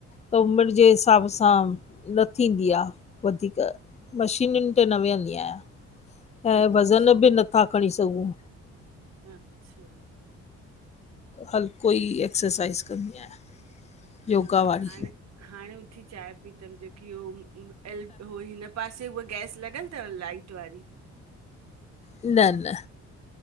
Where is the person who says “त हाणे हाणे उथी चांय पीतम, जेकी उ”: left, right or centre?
Right